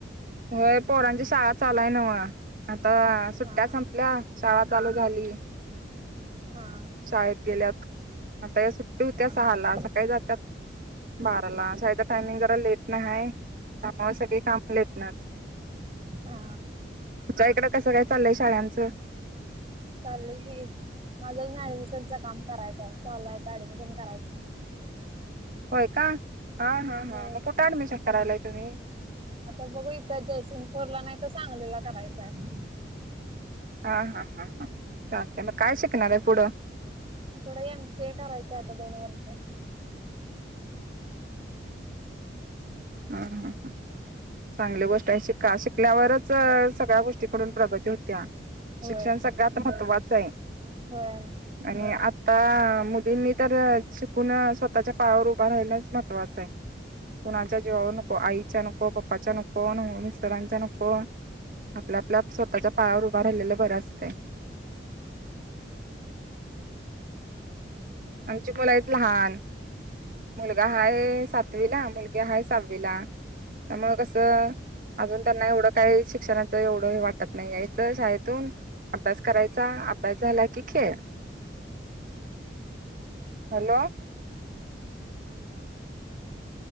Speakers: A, on the right (about 45°); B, on the right (about 30°).
A: होय पोरांची शाळा चालूय नव आता सुट्ट्या
B: हा
A: संपल्या शाळा चालू झाली
B: हा
A: शाळेत गेल्यात आता या सुट्टी होत्या
B: हा हा
A: सहाला सकाळी जात्यात बाराला शाळेचं टायमिंग जरा लेट नाही आहे त्यामुळे सगळी काम लेट नच
B: हा..
A: तुझ्या इकड कसं काय चालय शाळांचं
B: चाललय की माझा ना ऍडमिशनचा काम करायचं चाललं आता ऍडमिशन करायचा.
A: होय का हां हां
B: हो
A: हां मग कुठं ॲडमिशन करायला आहे तुम्ही
B: आता बघू इथं जयसिंगपोरला नाही तर सांगलेला करायचं आहे.
A: हा हा हा हा चागते आहे मग काय शिकणार आहे पुढं
B: थोडं एम सीए करायचं आता दोन वर्ष
A: हा हा. हा चांगली गोष्ट आहे शिका शिकल्यावरच सगळ्या गोष्टीकडून प्रगती होत्या.
B: होय
A: शिक्षण सगळ्यात महत्त्वाचं आहे.
B: होय
A: आणि आता मोदींनी तर चू कुणा स्वतःच्या पायावर उभा राहिलाचा महत्त्वाचं आहे कुणाच्या जीवावर नको आईच्या नको पप्पाच्या नको आण मिस्टरांच्या नको आपल्या आपल्या स्वतःच्या पायावर उभा राहिलेलं बरं असते. आमची मुला आहेत लहान मुलगा हाय सातवीला मुलगी हाय सहावीला त्यामुळं कसं अजून त्यांना एवढं काही शिक्षणाच एवढं वाटत नाही याच शाळेतून अभ्यास करायचा अभ्यास झाला की खेळ. Hello